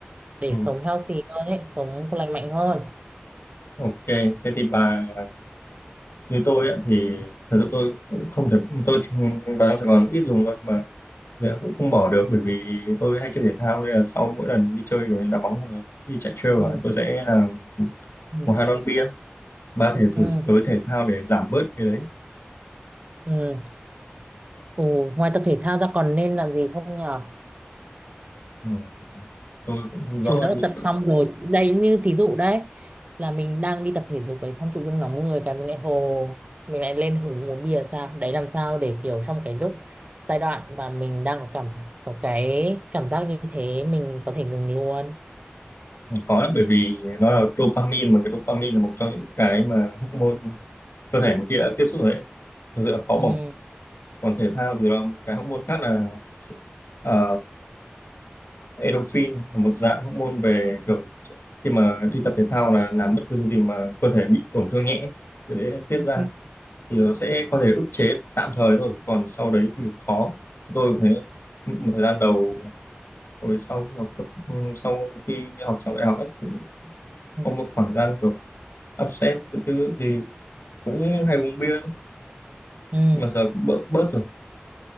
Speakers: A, on the right; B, on the left.
A: để
B: ừ.
A: sống healthy hơn ấy sống lành mạnh hơn
B: Ok, thế thì bà như tôi ấy thì thật sự tôi cũng không thể tôi vào trong Sài Gòn ít dùng thôi mà giờ cũng không bỏ được bởi vì tôi hay chơi thể thao nên là sau mỗi lần đi chơi kiểu như đá bóng hoặc đi chạy trail
A: ừ,
B: ạ, tôi sẽ là
A: ừ,
B: một hai lon bia ba thể thử
A: ừ.
B: tới thể thao để giảm bớt cái đấy
A: ừ. Ừ, ngoài tập thể thao ra còn nên làm gì không nhở
B: ừ. tôi cũng không rõ
A: chứ lỡ
B: những
A: tập xong rồi đây như thí dụ đấy là mình đang đi tập thể dục đấy xong tự dưng nóng người cái mình lại hồ mình lại lên hứng uống bia sao đấy làm sao để kiểu trong cái lúc giai đoạn mà mình đang có cảm có cái cảm giác như thế mình có thể ngừng luôn
B: khó lắm bởi vì nó là dopamine mà cái dopamine là một trong những cái mà hormone cơ thể một khi đã tiếp xúc rồi đấy thật sự là khó bỏ
A: ừ.
B: còn thể thao thì là một cái hormone khác là ờ, endorphin là một dạng hormone về kiểu khi mà đi tập thể thao là làm bất cứ thứ gì mà cơ thể bị tổn thương nhẹ thì sẽ tiết ra
A: Ừ.
B: thì nó sẽ có thể ức chế tạm thời thôi còn sau đấy thì khó tôi cũng thấy một thời gian đầu hồi sau khi học cấp ừ, sau khi học xong đại học ấy, cũng
A: Ừ.
B: có một khoảng thời gian kiểu upset cái thứ thì cũng hay uống bia
A: ừ.
B: nhưng mà giờ cũng bớt bớt rồi